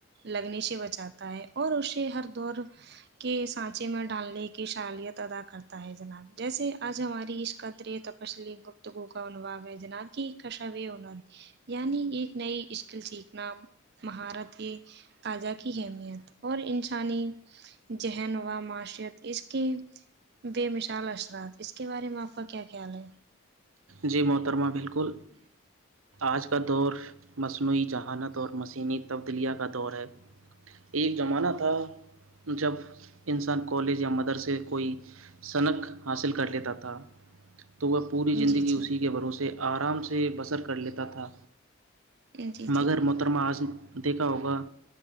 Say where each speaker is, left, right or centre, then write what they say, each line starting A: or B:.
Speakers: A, on the right; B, on the right.
A: لگنے سے بچاتا ہے اور اسے ہر دور کے سانچے میں ڈالنے کی شالیت ادا کرتا ہے جناب جیسے آج ہماری اس قطرے طب فصلی گپت گوکا ہون وگ ا جن کیی کشاو ہوون آگ <unintelligible> یعنی ایک نئی اسکل سیکھنا مہارت یہ تاجہ کی اہمیت اور انسانی ذہن و معشرت اس کے بے مثال اثرات اس کے بارے میں آپ کا کیا خیال ہے
B: جی محترمہ بالکل آج کا دور مصنوعی جذہانت اور مسینی تبدیلیا کا دور ہے ایک زمانہ تھا جب انسان کالج یا مدرسے کوئی سنک حاصل کر لیتا تھا تو وہ پوری زندگی
A: جی جی
B: اسی کے بھروسے آرام سے بسر کر لیتا تھا
A: جی جی
B: مگر محترمہ آظم دیکھا ہوگا